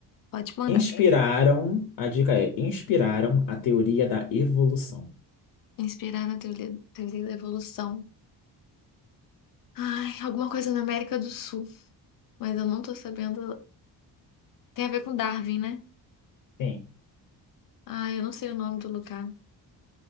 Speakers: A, on the left; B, on the left.
A: Pode mandar.
B: Inspiraram, a dica é, inspiraram a teoria da evolução.
A: Inspirar na teoria, teoria da evolução. Ai, alguma coisa na América do Sul, mas eu não tô sabendo. Tem a ver com Darwin, né?
B: Sim.
A: Ai, eu não sei o nome do lugar.